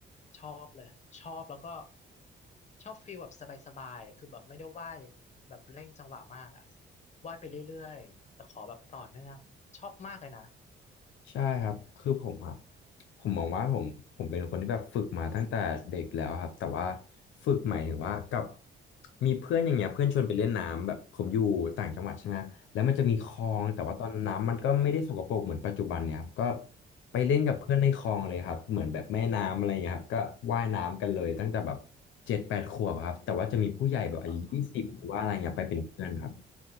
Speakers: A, on the left; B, on the left.
A: ชอบเลยชอบแล้วก็ชอบฟีลแบบสบายๆอะคือแบบไม่ได้ว่ายแบบเร่งจังหวะมากอ่ะว่ายไปเรื่อยๆแต่ขอแบบต่อเนื่องชอบมากเลยนะ
B: ใช่ครับคือผมอะผมมองว่าผมผมเป็นคนที่แบบฝึกมาตั้งแต่เด็กแล้วครับแต่ว่าฝึกหมายถึงว่ากับมีเพื่อนอย่างเงี้ยเพื่อนชวนไปเล่นน้ำแบบผมอยู่ต่างจังหวัดใช่ไหมแล้วมันจะมีคลองแต่ว่าตอนน้ำมันก็ไม่ได้สกปรกเหมือนปัจจุบันเนี่ยครับก็
A: อืม
B: ไปเล่นกับเพื่อนในคลองเลยครับเหมือนแบบแม่น้ำอะไรอย่างเงี้ยครับก็ว่ายน้ำกันเลยตั้งแต่แบบเจ็ดแปดขวบอะครับแต่ว่าจะมีผู้ใหญ่แบบอายุยี่สิบหรือว่าอะไรเงี้ยไปเป็นเพื่อนครับ
A: อืมอ๋อ